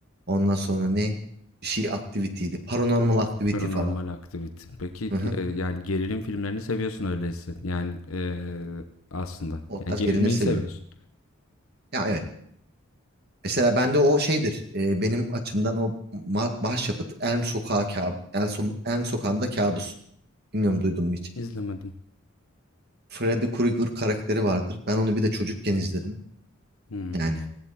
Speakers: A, on the right; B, on the left.
A: Ondan sonra ne bir şey aktivitiydi. Paranormal aktiviti
B: Paranormal
A: falan.
B: aktivite. Peki
A: Hı hı.
B: e, yani gerilim filmlerini seviyorsun öyleyse. Yani e, aslında.
A: O tarz
B: Yani gerilmeyi
A: gelinleri seviyorum.
B: seviyorsun.
A: Ya evet. Mesela bende o şeydir. e, benim açımdan o ma- başyapıt Elm Sokağı kabus. Elm, So- Elm Sokağı'nda kabus. Bilmiyorum duydun mu hiç?
B: İzlemedim.
A: Freddy Krueger karakteri vardır. Ben onu bir de çocukken izledim.
B: Hmm.
A: Yani
B: <laughs>